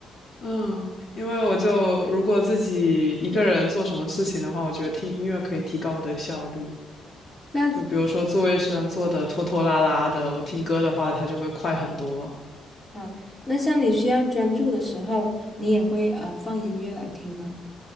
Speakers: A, on the left; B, on the left.
A: 嗯，因为我就如果自己一个人做什么事情的话，我觉得听音乐可以提高我的效率。
B: 那
A: 就比如说做卫生做的拖拖拉拉的，我听歌的话，它就会快很多。
B: 啊，那像你需要专注的时候，你也会呃放音乐来听吗？